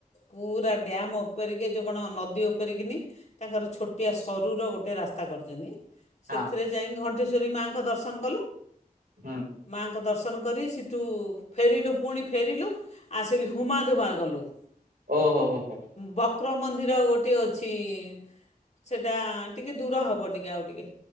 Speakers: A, on the left (about 50°); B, on the right (about 85°).
A: ପୁରା ଡ୍ୟାମ୍ ଉପରକୁ ଯଉ କଣ ଉପରେକିନି ତାଙ୍କର ଛୋଟିଆ ସରୁର ଗୋଟେ ରାସ୍ତା କରିଛନ୍ତି। ସେଥିରେ
B: ହଁ
A: ଯାଇଙ୍କି ଘଟେଶ୍ୱରୀ ମାଆଙ୍କ ଦର୍ଶନ କଲୁ।
B: ହୁଁ।
A: ମାଆଙ୍କ ଦର୍ଶନ କରି ସେଠୁ ଫେରିଲୁ ପୁଣି ଫେରିଲୁ ଆସିଲି ହୁମା ଧୁମା ଗନ।
B: ଓ ହୋ ହୋ ହୋ।
A: ବକ୍ରମନ୍ଦିର ଗୋଟେ ସେଠି ଅଛି ସେଟା ଟିକେ ଦୂର ହବ ଟିକେ ଆଉ ଟିକେ।